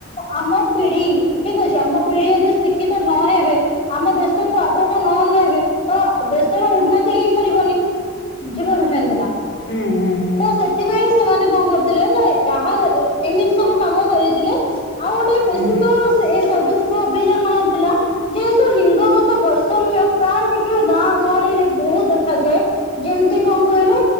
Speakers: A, on the left (about 30°); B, on the left (about 65°).
A: ଆମ ପିଢି ଠିକ ଅଛି ଆମ ପିଢି ଯଦି ଶିକ୍ଷିତ ନହେବେ। ଆମ ଦେଶକୁ ଆଗକୁ ନ ନେବେ ତ ଦେଶର ଉନ୍ନତି ହେଇପାରିବନି। ବୁଝି ପାରୁଛନ୍ତି ନା।
B: ହୁଁ ହୁଁ
A: ତ ସେଥିପାଇଁ ସେମାନେ କଣ କରୁଥିଲେ ନା ୟା ହଁ ଏ-ଏମିତି ସବୁ କାମ କରିଥିଲେ। ଆଉ ଗୋଟେ ବେଶୀ
B: ହୁଁ
A: ତ ସେ ଏ ସର୍ବଶିକ୍ଷା ଅଭିଯାନ ହେଇଥିଲା। ଯେହେତୁ ଲିଙ୍ଗ ଗତ ବୈଷମ୍ୟ ପ୍ରାୟ ଦେଖିବେ ଗାଁ ଗହଳିରେ ବହୁତ ଦେଖାଯାଏ। ଯେମିତି କଣ କହିଲେ